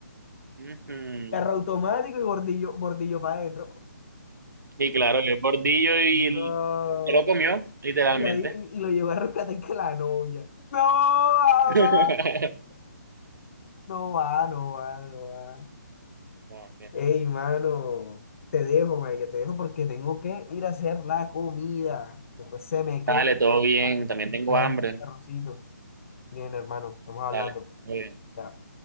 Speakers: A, on the right; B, on the left.
A: Ujú.
B: Carro automático y bordillo, bordillo para adentro.
A: Y claro, el bordillo y el-
B: mm, No.
A: se lo comió, literalmente.
B: Y ahí y, y lo llevó a rescatar que la novia. No, mamá.
A: <laughs>
B: No va, no va, no va.
A: No, hombre, no.
B: Ey, mano, te dejo, marica, te dejo porque tengo que ir a hacer la comida. Después se me quema
A: Dale, todo bien. También tengo
B: esperando
A: hambre.
B: aquí arrocito. Bien, hermano, estamos hablando.
A: Dale. muy bien.
B: Chao.